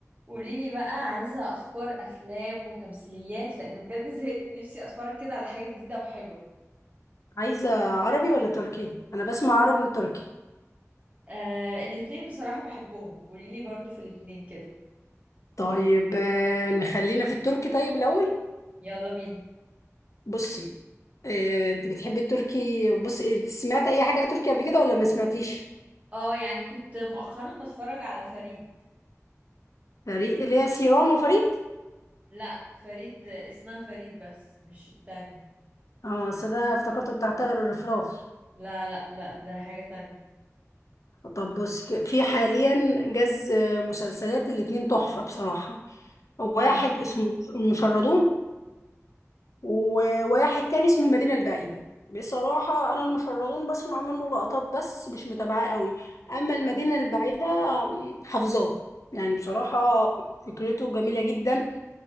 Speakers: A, on the right; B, on the left.
A: قوليلي بقى عايزة أفكار أفلام وتمثيليات لأن بجد زهقت نفسي أتفرج كده على حاجة جديدة وحلوة
B: عايزة عربي ولا تركي؟ أنا بسمع عربي وتركي
A: آه الاتنين بصراحة بحبهم قوليلي برضو في الاتنين كده
B: طيب آه، نخلينا في التركي طيب الأول
A: يلا بينا
B: بصي آه، أنت بتحبي التركي بصي إنت سمعت أي حاجة تركي قبل كده ولا ما سمعتيش؟
A: اه يعني كنت مؤخرا بتفرج على فريد
B: فريق اللي هي سيران وفريد؟
A: لا فريد اسمها فريد بس مش التاني
B: اه أصل ده افتكرته بتاع طائر الرفراف
A: لا لا لا ده حاجة تانية
B: طب بصي ك- في حاليا جاز آه، مسلسلات الاتنين تحفة بصراحة واحد
A: اه
B: اسمه المشردون وواحد تاني اسمه المدينة البعيدة بصراحة أنا المشردون بسمع منه لقطات بس مش متابعاه قوي أما المدينة
A: اه
B: البعيدة حافظاه يعني بصراحة
A: بس
B: فكرته جميلة جدا